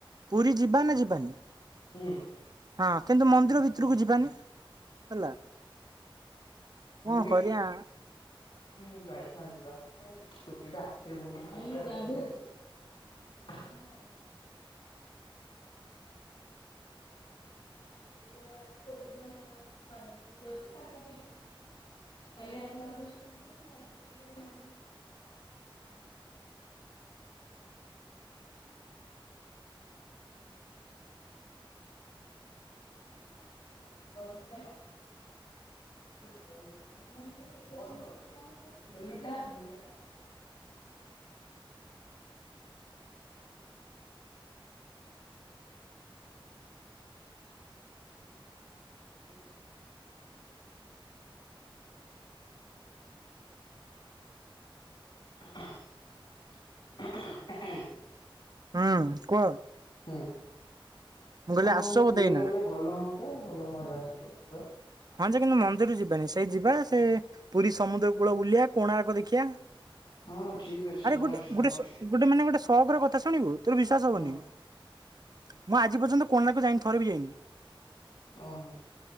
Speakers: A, on the right; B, on the left.
A: ପୁରୀ ଯିବା ନା ଯିବାନି?
B: ହୁଁ।
A: ହଁ କିନ୍ତୁ ମନ୍ଦିର ଭିତରକୁ ଯିବାନି ହେଲା
B: ମମି
A: କଣ କରିଆ
B: ମୁଁ ଯାଇଥାନ୍ତି ବା ଚୁଟିଟା ଆଖିରେ ପଡୁଛି <inaudible> ତୁ ଆଜି କାଲିଠୁ ଗଲୁନୁ ଗୁରୁବାର ଆଜି ଗୋଟେ ଦିନ ତୋର ଏମତି ଵାରବିଗିଡି ଯାଉଛି କାଲି କାଟିବୁ କାଲି ଆସିଲା ପରେ ସ୍କୁଲରୁ କାଟିବୁ ଆଜି ଗୁରୁବାର <inaudible> <inaudible> <inaudible> ପାଠ ପ ପଢୁଛି ପଢୁଛି ହେଲମେଟ୍ ଟା? ଏଇ <inaudible>
A: ହୁଁ କୁହ?
B: ହୁଁ
A: ମୁଁ କହିଲି
B: ହଁ
A: ଆସୁଛ
B: ପୁରୀ
A: ବୋଧେ ଏଇନା
B: ଗଲେ ଭଲ ହଅନ୍ତା ଭଲ ମଜା ଆସନ୍ତା ଯିବା
A: ହଁ ଯେ କିନ୍ତୁ ମନ୍ଦିରୁ ଯିବାନି ସେଇ ଯିବା ସେ ପୁରୀ ସମୁଦ୍ର କୂଳ ବୁଲିବା କୋଣାର୍କ ଦେଖିବା।
B: ହଁ ଠିକ ଅଛି
A: ଆରେ
B: ନୋ
A: ଗୋଟେ
B: ଇସୁ ନୋ
A: ଗୋଟେ
B: ଇସୁ
A: ଗୋଟେ ମାନେ ଗୋଟେ ସକର କଥା ଶୁଣିବୁ ତୋର ବିଶ୍ଵାସ
B: ହଁ
A: ହବନି ମୁଁ ଆଜି ପର୍ଯ୍ୟନ୍ତ କୋନାର୍କ ଯାଇନି ଥରେ ବି ଯାଇନି।
B: ଓ ହୋ।